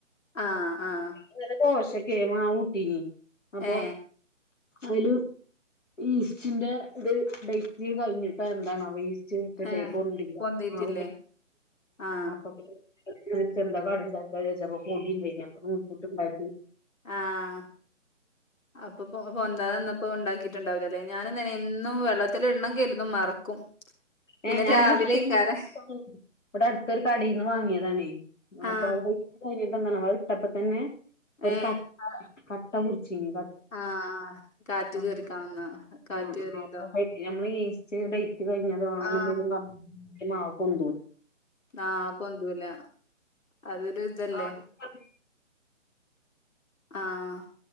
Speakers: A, on the left; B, on the left.
A: ആഹ് ആഹ്
B: ഇന്നലെ ദോശക്കെ മാവൂട്ടീനി അപ്പൊ
A: ഏ
B: അയ്ല് ഈസ്റ്റിന്റെ ഒരു ഡേറ്റ് കഴിഞ്ഞിട്ട് എന്താണവോ ഈസ്റ്റ് ചീട്ടട്ടെ
A: ഏ
B: പൊന്തില്ല
A: പൊന്തീട്ടില്ലേ
B: ആ
A: ആ
B: അപ്പ പിന്നെ ചെന്താ കടിണ്ടാക്ക വിചാരിച്ച് അപ്പം പൊടിണ്ടായിനി അപ്പം നൂൽപുട്ട്ണ്ടാക്കി
A: ആഹ് അപ്പൊ പൊന്താതന്നപ്പോ ഉണ്ടാക്കി ണ്ടാവൂല്ലല്ലെ ഞാനും തന്നെ എന്നും വെള്ളത്തിലിടണം കരുതും മറക്കും പിന്നെ
B: ഏഹ് ഞാൻ
A: രാവിലെയ്ക്കാരം
B: ഇ <unintelligible> ഇവിടെ അടുത്തൊരു കടന്ന് വാങ്ങിയതാണേ
A: ആ
B: അപ്പ അവിടെ കഴിഞ്ഞിട്ടന്നെണ് അതിട്ടപ്പതന്നെ ഒരു
A: ഏ
B: ക കട്ട പുടിച്ചീനി
A: ആ കാറ്റ്
B: <unintelligible>
A: കേറിക്കാണുന്നാ കാറ്റ് കേറിയതോ
B: നമ്മളെ ഈസ്റ്റ് ഡേറ്റ് കഴിഞ്ഞ <unintelligible>
A: ആ
B: എന്തേലും മാവ് പൊന്തുല്ലാ
A: ആഹ് പൊന്തൂല്ല അതൊരു ഇതല്ലേ
B: <unintelligible>
A: ആഹ്